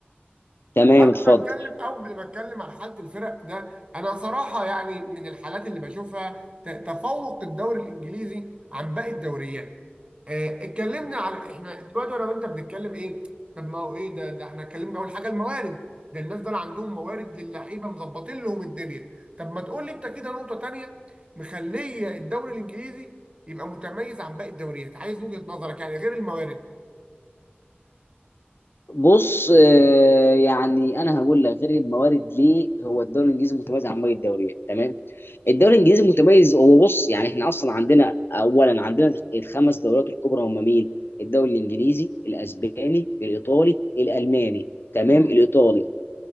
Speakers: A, on the left (about 65°); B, on the right (about 25°).
A: تمام
B: قبل
A: اتفضل
B: ما اتكلم قبل ما اتكلم على حاله الفرق ده انا صراحه يعني من الحالات اللي بشوفها ت- تفوق الدوري الانجليزي عن باقي الدوريات آه، اتكلمنا على احنا دلوقتي انا وانت بنتكلم ايه طب ما هو ايه ده ده احنا اتكلمنا اول حاجه الموارد ده الناس دول عندهم موارد للعيبه مظبطين لهم الدنيا طب ما تقول لي انت كده نقطه تانيه مخليه الدوري الانجليزي يبقى متميز عن باقي الدوريات عايز وجهه نظرك يعني غير الموارد
A: بص آه، يعني انا هقول لك غير الموارد ليه هو الدوري الانجليزي متميز عن باقي الدوريات تمام الدوري الانجليزي متميز هو بص يعني احنا اصلا عندنا اولا عندنا الخمس دوريات الكبرى هم مين الدوري الانجليزي الاسباني الايطالي الالماني تمام
B: مم.
A: الايطالي